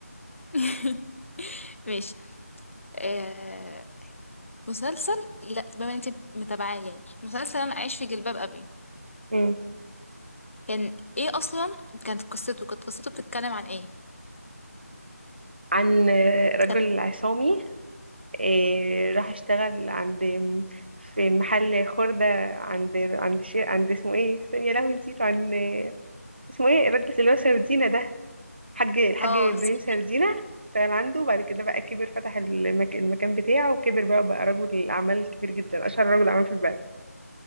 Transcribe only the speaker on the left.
<laughs> ماشي آه مسلسل لا بما انت متابعاه يعني مسلسل انا عايش في جلباب ابي
كان ايه اصلا كانت قصته كانت قصته بتتكلم عن ايه
كان
اه
صديق.